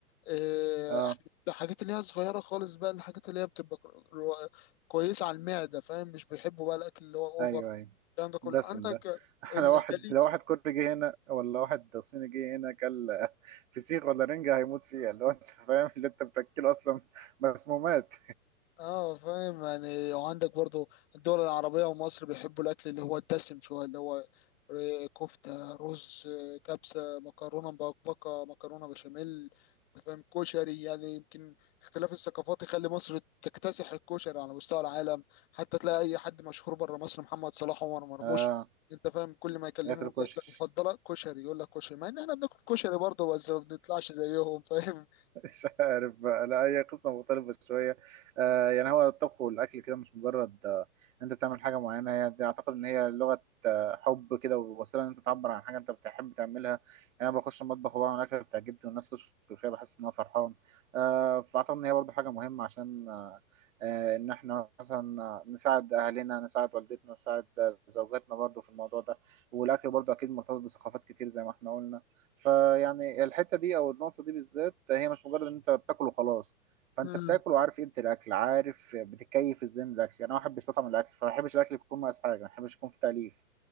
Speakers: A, on the left; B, on the right.
A: آه،
B: اه
A: الحاجات اللي هي صغيره خالص بقى الحاجات اللي هي بتبقى رو- كويسه على المعده فاهم مش بيحبوا بقى الاكل اللي هو اوفر
B: ايوه ايوه
A: الكلام ده كله
B: دسم
A: عندك
B: ده <laughs>
A: الخليج
B: لو واحد لو واحد كوري جه هنا ولا واحد صيني جه هنا كل <laughs> فسيخ ولا رنجة هيموت فيها اللي هو انت فاهم اللي انت بتاكله اصلا مسمومات
A: اه فاهم يعني وعندك برضو الدول العربية ومصر بيحبوا الأكل اللي هو الدسم شوية اللي هو ر- كفتة رز آه، كبسة مكرونة مبكبكة مكرونة بشاميل أنت فاهم كشري يعني يمكن اختلاف الثقافات يخلي مصر تكتسح الكشري على مستوى العالم حتى تلاقي أي حد مشهور بره مصر محمد صلاح عمر مرموش
B: اه
A: أنت فاهم كل ما يكلمه
B: ياكل كشري
A: الأكلة المفضلة كشري يقول لك كشري مع إن إحنا بناكل كشري برضه بس ما بنطلعش زيهم فاهم
B: <laughs> مش عارف بقى لا هي قصة مختلفة شوية آه يعني هو الطبخ والأكل كده مش مجرد آه أنت بتعمل حاجة معينة هي دي أعتقد إن هي لغة آه حب كده ووسيلة إن أنت تعبر عن حاجة أنت بتحب تعملها يعني أنا بخش المطبخ وبعمل أكلة بتعجبني والناس تشكر فيها بحس إن أنا فرحان آه فأعتقد إن هي برضه حاجة مهمة عشان آه آه إن إحنا مثلا آه، نساعد أهلنا نساعد والدتنا نساعد آه، زوجاتنا برضه في الموضوع ده والأكل برضه أكيد مرتبط بثقافات كتير زي ما إحنا قلنا فيعني الحته دي او النقطه دي بالذات هي مش مجرد ان انت بتاكل وخلاص فانت
A: مم.
B: بتاكل وعارف قيمه الاكل عارف بتكيف ازاي من الاكل يعني انا واحد بيستطعم الاكل فما بحبش الاكل يكون مقاس حاجه ما بحبش يكون في تاليف